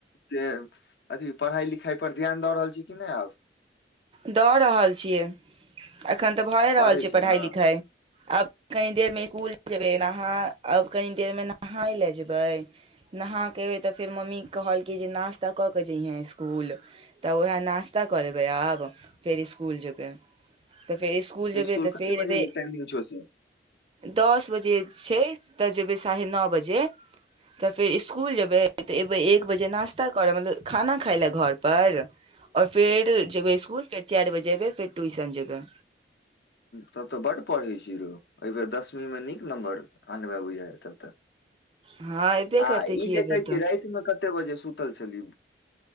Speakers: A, on the left; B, on the right.
A: से अथी पढाय लिखाय पर ध्यान दऽ रहल छी कि नै आब
B: दऽ रहल छियै अखन तऽ भए
A: पढ़ै
B: रहल छियै
A: छी
B: पढ़ाई
A: ने
B: लिखाई आब कनी देर मे स्कूल जेबै नहा अब कनी देर मे नहाय ले जेबैय नहाकऽ एबै तऽ फेर मम्मी कहलकै जे नास्ता कऽ क जइहें इस्कुल तऽ उएह नास्ता कऽ लेबै आब फेर इस्कुल जेबै तऽ फेर इस्कुल जेबै
A: स्कुल
B: तऽ
A: कते
B: फेर
A: बजे
B: एबे
A: के टाइमिंग छौ से
B: दस बजे छै तऽ जेबै साढ़े न बजे तऽ फेर इस्कुल जेबै तऽ एयबै एक बजे नास्ता करय मतलब खाना खायलए घर-पर आओर फेर जेबै इस्कुल फेर चारि बजे एबै फेर ट्यूशन जेबै
A: तब तो बड पढ़ै छी रौ एहि बेेर दसमी मे नीक नम्बर आनबे बुझाया त त
B: हँ एबे
A: आ
B: करतै
A: ई
B: की
A: जे
B: एबेर
A: कहै छीयै
B: तऽ
A: रातिमे कते बजे सुतल छलीयै